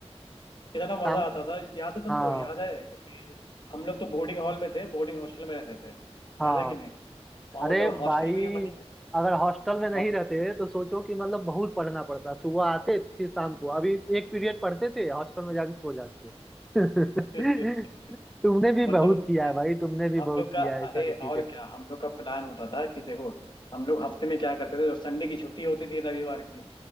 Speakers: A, on the left; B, in the centre.
A: कितना
B: साम
A: मजा आता था याद है तुमको
B: हाँ
A: याद है कि हम लोग तो बोर्डिंग हॉल में थे बोर्डिंग हॉस्टल में रहते थे
B: हाँ
A: याद है कि नहीं वहाँ
B: अरे
A: मतलब हॉस्टल
B: भाई
A: भी वही है।
B: अगर हॉस्टल में नहीं
A: हाँ
B: रहते तो सोचो कि मतलब बहुत पढ़ना पड़ता सुबह आते फिर शाम
A: हाँ
B: को अभी एक पीरियड पढ़ते थे हॉस्टल में जाके सो जाते थे
A: <laughs>
B: <laughs> तुमने भी
A: मतलब
B: बहुत किया है भाई तुमने भी
A: हम
B: बहुत
A: लोग का
B: किया है ये
A: अरे
B: सारी चीजें
A: और क्या हम लोग का प्लान होता था कि देखो हम लोग हफ्ते में क्या करते थे तो संडे की छुट्टी होती थी रविवार की